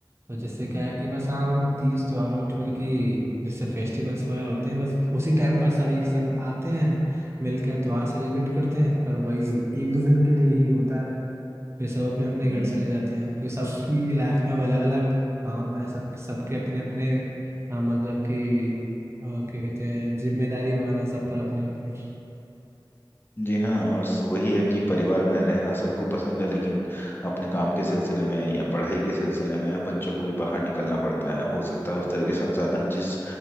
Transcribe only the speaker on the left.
हम्म
हम्म।
जी हाँ और स- वही है कि परिवार में रहना सबको पसंद है लेकिन अपने काम के सिलसिले में या पढ़ाई के सिलसिले में या बच्चों को भी बाहर निकलना पड़ता है हो सकता है उस तरह के संसाधन जिस